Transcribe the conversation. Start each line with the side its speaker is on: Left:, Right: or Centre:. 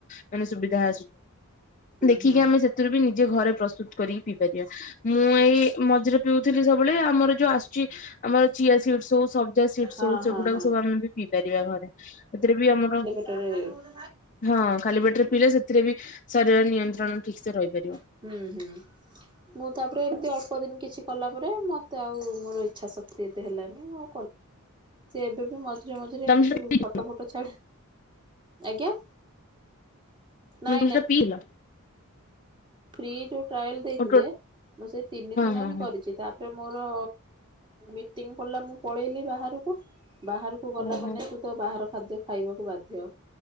Left: ମାନେ ସୁବିଧା ଦେଖିକି
Right: ହୁଁ
Left: ଆମେ ସେଥିରୁ ବି ନିଜେ ଘରେ ପ୍ରସ୍ତୁତ୍ କରିକି ପିଇ ପାରିବା। ମୁଁ ଏଇ ମଝିରେ ପିଉଥିଲି ସ---ବେଳେ, ଆମର ଯଉ ଆ--ଚି। ଆମର ଚିଆ ସିଡ୍‌ସ୍ ହଉ ସବ୍ଜା ସିଡ୍‌ସ୍
Right: ହଁ
Left: ହଉ ସେଗୁଡ଼ାକୁ
Right: ହଁ ହଁ
Left: ସବୁ ଆମେ ବି ପିଇ ପାରିବା ଘରେ। ଏଥିରେ ବି ଆମର
Right: ସେରେ <inaudible>
Left: ହଁ, ଖାଲି ପେଟ୍ରେ ପିଇଲେ ସେଥିରେ ବି ଶରୀର ନିୟନ୍ତ୍ରଣ ଠିକ୍ ସେ ରହିପାରିବ।
Right: <inaudible> ମୁଁ, ତା'ପ୍ରେ ଏମ୍‌ତି ଅଳ୍ପ ଦିନ୍ କିଛି କଲା ପରେ ମତେ ଆଉ ମୋର ଇଚ୍ଛା ଶକ୍ତି ଏତେ ହେଲାନି। ମୋ <inaudible> ମଝିରେ ମଝିରେ
Left: ତମେ
Right: କିଛି
Left: ସେଟା
Right: ଫଟୋ ଛାଡ଼େ, ଆଜ୍ଞା।
Left: <inaudible>
Right: ନାଇଁ ନାଇଁ ଫ୍ରି ଯଉ ଟ୍ରାଏଲ୍‌ ଦେଇଥିଲେ,
Left: ହଁ
Right: ମୁଁ ସେଇ ତିନି ଦିନ
Left: ହଁ
Right: ହିଁ
Left: ହଁ
Right: କରିଚି। ତା ମୋର ମିଟିଂ ପଡ୍‌ଲା ମୁଁ ପଳେଇଲି ବାହାରୁକୁ। ବାହା କୁ, ଗଲା
Left: ଓହୋ
Right: ମାନେ ତୁ ତ ବାହାର ଖାଦ୍ୟ ଖାଇବାକୁ ବାଧ୍ୟ।